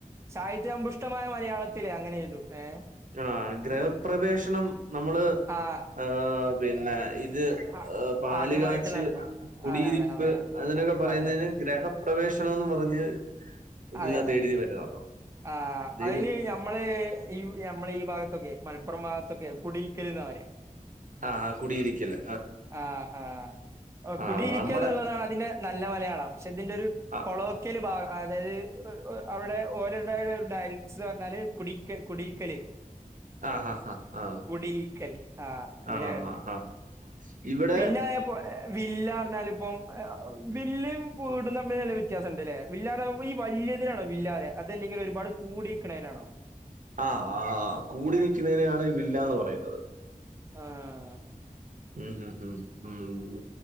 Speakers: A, on the right; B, on the right.
A: സാഹിത്യ അമ്പുഷ്ടമായ മലയാളത്തിലെ അങ്ങനെ എയ്തും ഏഹ്
B: ആഹ് ഗ്രഹപ്രവേശനം നമ്മള്
A: ആ
B: ഏഹ് പിന്നെ ഇത്
A: ആ
B: പാൽ
A: ആദ്യമായിട്ട്
B: കാച്ച്
A: നടത്തും
B: കുടിയിരിപ്പ്
A: അതെ അതെ അതെ
B: അതിനൊക്കെ
A: അതെ
B: പറയുന്നതിന് ഗ്രഹ പ്രവേശനന്ന് പറഞ്ഞ് ഇതില്ലാത്ത
A: അതെ അതെ
B: എഴുതി വരുന്നത്
A: ആഹ്
B: അതിൽ
A: അതിന് ന- മ്മള് ഈ നമ്മളെ ഈ ഭാഗത്തൊക്കെ മലപ്പുറം ഭാഗത്തൊക്കെ കുടിര്ക്കൽ ന്നാ പറയാ
B: ആഹ് ആഹ് കുടിയിരിക്കല്ലേ
A: ആഹ് ആഹ്
B: ആ
A: കുടിയിരിക്കുക
B: നമ്മുടെ
A: എന്നുള്ളതാണ് അതിന്റെ നല്ല മലയാളം പക്ഷെ ഇതിന്റെ ഒരു
B: ആഹ്
A: ലോക്കല് ഭാഗ അതായത് അവിടെ ഓല ഡയലസ് എന്ന് പറഞ്ഞാല് കുടിക്കല് കുടിക്കല്
B: ആഹ് ആഹ് ആഹ് ആഹ്..
A: കുടിയിരിക്കൽ ആ അങ്ങനെയാ
B: ആഹ്
A: അത്
B: ആഹ്.. ഇവിടെ
A: പിന്നെ അതേപോലെ വില്ല പറഞ്ഞാൽ ഇപ്പം വില്ലും പ്പൊ വീടും തമ്മിൽ നല്ല വ്യത്യാസണ്ട്ല്ലേ വില്ലാന്ന് പറഞ്ഞ ഈ വല്യതിനാണോ വില്ലാന്ന് പറയാ അതല്ലെങ്കിൽ ഒരുപാട് കൂടിനിക്കണതിനാണോ
B: ആഹ് ആഹ് കൂടി നിക്കുന്നതിനെയാണ് വില്ലന്ന് പറയുന്നത്
A: ആഹ്
B: ഉം ഹ്മ്മ് ഹ്മ്മ് ഉം....